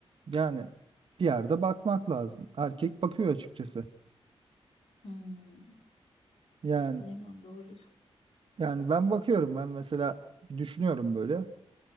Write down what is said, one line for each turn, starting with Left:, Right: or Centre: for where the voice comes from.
Right: Yani bir yerde bakmak lazım. Erkek bakıyor açıkçası.
Left: Hmm,
Right: Yani
Left: bilemem doğru.
Right: yani ben bakıyorum ben mesela bir düşünüyorum böyle.